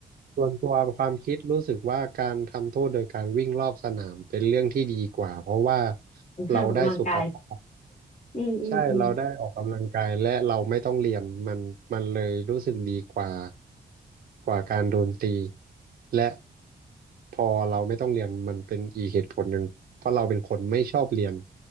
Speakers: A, on the right; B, on the left.
A: ส่วนตัวความคิดรู้สึกว่าการทำโทษโดยการวิ่งรอบสนามเป็นเรื่องที่ดีกว่าเพราะว่า
B: ออกกำลังกาย
A: เราได้สุขภาพ
B: อืมอืมอืม
A: ใช่เราได้ออกกำลังกายและเราไม่ต้องเรียนมันมันเลยรู้สึกดีกว่ากว่าการโดนตีและพอเราไม่ต้องเรียนมันเป็นอีกเหตุผลหนึ่งเพราะเราเป็นคนไม่ชอบเรียน